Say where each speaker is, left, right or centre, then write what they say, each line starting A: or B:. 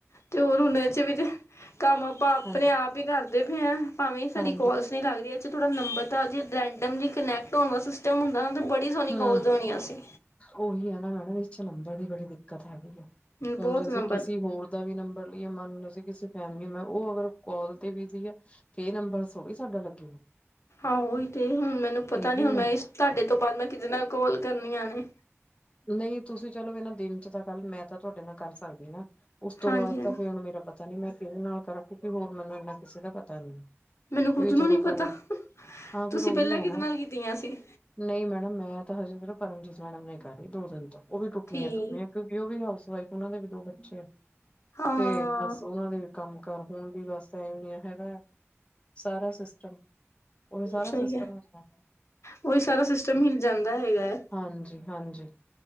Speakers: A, on the left (about 65°); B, on the left (about 25°).
A: ਤੇ ਹੋਰ ਹੁਨ ਇਚ ਵੀ ਤੇ, ਕੰਮ ਆਪਾਂ ਆਪਣੇ
B: ਹਾਂਜੀ
A: ਆਪ ਈ ਕਰਦੇ ਪਏ ਆਂ। ਭਾਵੇਂ ਸਾਡੀ
B: ਹਾਂਜੀ
A: ਕੋਲਸ ਲੱਗਦੀ ਐ ਇਚ ਥੋੜਾ ਨੰਬਰ ਦਾ ਜੇ ਰੈਂਡਮਲੀ ਕਨੈਕਟ ਹੋਣ ਦਾ ਸਿਸਟਮ ਹੁੰਦਾ ਨਾ ਬੜ ਬਡੀ ਸੋਹਣੀ
B: ਹਮ
A: ਕੋੋਲਜ ਹੋਣੀਆ ਸੀ।
B: ਉਹੀ ਹੈ ਨਾ ਮੈਡਮ ਇਸ ਚ ਨੰਬਰ ਦੀ ਬੜੀ ਦਿੱਕਤ ਹੈਗੀ ਆ,
A: ਬਹੁਤ
B: ਹੁਣ ਜੇ ਅਸੀਂ
A: ਨੰਬਰ
B: ਕਿਸੀ ਹੋਰ ਦਾ ਵੀ ਨੰਬਰ ਲਈਏ ਮੰਨਲੋ ਸੀ ਕਿਸੇ ਫੈਮਿਲੀ ਮੈਂ ਉਹ ਅਗਰ ਕੋਲ ਤੇ ਬਿਜੀ ਐ ਫੇਰ ਨੰਬਰ ਸੋ ੜੀ ਸਾਡਾ ਲੱਗੇਗਾ।
A: ਆਹੋ ਉਹੀ ਤੇ, ਹੁਣ ਮੈਨੂੰ ਪਤਾ
B: ਇਹ ਵੀ
A: ਨੀ ਹੁਣ ਮੈਂ ਇਸ ਤਾਡੇ ਤੋਂ ਬਾਦ ਮੈਂ ਕੀਦੇ ਨਾਲ ਕੋਲ ਕਰਨੀਆ ਨੇ।
B: ਨਹੀਂ ਤੁਸੀਂ ਚਲੋ ਇਹ ਨਾ ਦਿਨ ਚ ਤਾਂ ਕੱਲ ਮੈਂ ਤਾਂ ਤੁਹਾਡੇ ਨਾਲ ਕਰ ਸਕਦੀ ਨਾ। ਉਸ ਤੋਂ
A: ਹਾਂਜੀ
B: ਬਾਦ
A: ਹਾਂਜੀ
B: ਤਾਂ ਫਿਰ ਹੁਣ ਮੇਰਾ ਪਤਾ ਨੀ ਮੈਂ ਕਿਹਦੇ ਨਾਲ ਕਰਾਂ ਕਿਉਂਕਿ ਹੋਰ ਮੈਨੂੰ ਇੰਨਾ ਕਿਸੇ ਦਾ ਪਤਾ ਨੀ।
A: ਮੈਨੂੰ ਖੁਦ
B: ਇਹ
A: ਨੂੰ
B: ਚਲੋ
A: ਨੀ ਪਤਾ
B: ਪਰਾਂ, ਹਾਂ ਫਿਰ
A: ਤੁਸੀਂ
B: ਉਹੀ
A: ਪਹਿਲਾਂ
B: ਹੈ
A: ਕਿਹਦੇ
B: ਨਾ
A: ਨਾਲ ਕੀਤੀਆਂ ਸੀ
B: ਨਹੀਂ ਮੈਡਮ ਮੈਂ ਤਾਂ ਹਜੇ ਸਿਰਫ ਪਰਮਜੀਤ ਮੈਡਮ ਨਾ ਕਰ ਰਹੀ ਦੋ ਦਿਨ ਤੋਂ, ਉਹ ਵੀ ਟੁੱਟਣੀਆਂ-ਟੁੱਟਣੀਆਂ।
A: ਠੀਕ
B: ਕਿਉਂਕਿ ਉਹ ਵੀ ਹਾਊਸ ਵਾਈਫ ਉਹਨਾਂ ਦੇ ਵੀ ਦੋ ਬੱਚੇ ਆ
A: ਹਾਂ
B: ਤੇ, ਬਸ ਓਨਾਂ ਦੇ ਵੀ ਕੰਮ-ਕਾਰ ਹੋਣ ਵੀ ਵਸ ਟੈਮ ਨਹੀਂ ਹੈਗਾ ਆ, ਸਾਰਾ ਸਿਸਟਮ ਉਹ ਵੀ ਸਾਰਾ
A: ਸਹੀ
B: ਸਿਸਟਮ
A: ਹੈ
B: ਜਾਂ
A: ਉਹੀ ਸਾਰਾ ਸਿਸਟਮ ਹਿਲ ਜਾਂਦਾ ਹੈਗਾ ਹੈ।
B: ਹਾਂਜੀ ਹਾਂਜੀ।